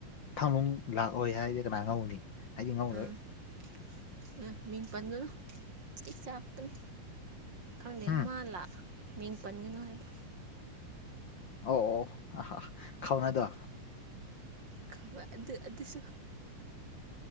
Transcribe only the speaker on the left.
ꯊꯥꯡꯅꯨꯡ ꯂꯥꯛꯑꯣꯏ ꯍꯥꯏꯗꯤꯦ ꯀꯅꯥ ꯉꯧꯅꯤ ꯑꯩꯗꯤ ꯉꯧꯔꯣꯏ
ꯎꯝ
ꯑꯣ ꯈꯥꯎꯅꯥꯗꯣ